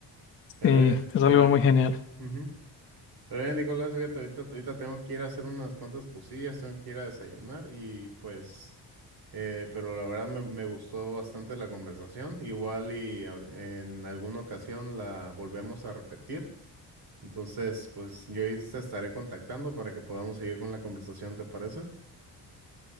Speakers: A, on the right (about 60°); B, on the left (about 30°).
A: Pero
B: Sí,
A: oye,
B: es
A: pero
B: algo
A: oye.
B: muy genial.
A: ujú. Oye, Nicolás, fíjate, ahorita, ahorita tengo que ir a hacer unas cuantas cosillas, tengo que ir a desayunar y pues, eh, pero la verdad me, me gustó bastante la conversación. Igual y ahor- en alguna ocasión la volvemos a repetir. Entonces, pues yo ahí te estaré contactando para que podamos seguir con la conversación, ¿te parece?